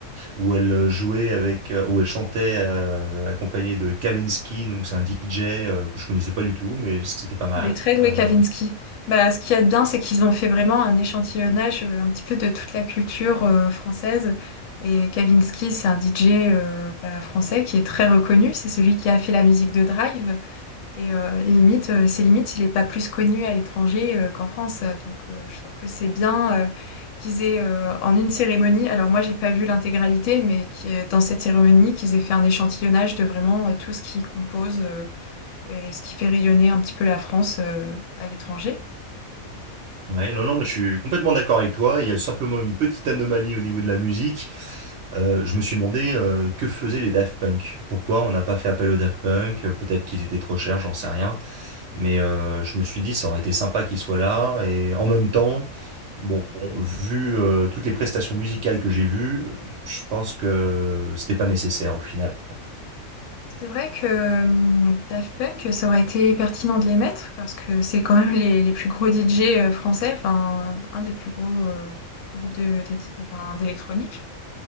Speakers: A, on the right; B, on the left.
A: où elle euh, jouait avec, euh, où elle chantait euh, accompagnée de Kavinsky, donc c'est un DJ euh, que je connaissais pas du tout, mais c'était pas mal.
B: Il est très doué,
A: Euh,
B: Kavinsky. Bah, ce qu'il y a de bien, c'est qu'ils ont fait vraiment un échantillonnage euh, un petit peu de toute la culture euh, française. Et Kavinsky, c'est un DJ euh, bah, français qui est très reconnu. C'est celui qui a fait la musique de Drive. Et euh, limite, euh, c'est limite, il n'est pas plus connu à l'étranger euh, qu'en France. Donc, euh, je trouve que c'est bien euh, qu'ils aient, euh, en une cérémonie, alors moi, j'ai pas vu l'intégralité, mais qui, est- dans cette cérémonie, qu'ils aient fait un échantillonnage de vraiment euh, tout ce qui compose euh, et ce qui fait rayonner un petit peu la France euh, à l'étranger.
A: ouais, non non, mais je suis complètement d'accord avec toi. Il y a simplement une petite anomalie au niveau de la musique. Euh, je me suis demandé euh, que faisaient les Daft Punk. Pourquoi on n'a pas fait appel aux Daft Punk? Euh, Peut-être qu'ils étaient trop chers, j'en sais rien. Mais euh, je me suis dit, ça aurait été sympa qu'il soit là. Et en même temps, bon, vu euh, toutes les prestations musicales que j'ai vues, je pense que c'était pas nécessaire au final.
B: C'est vrai que euh, Daft Punk, ça aurait été pertinent de les mettre parce que c'est quand même les, les plus gros DJ français, enfin, un des plus gros euh, groupes de, de- enfin, d'électronique.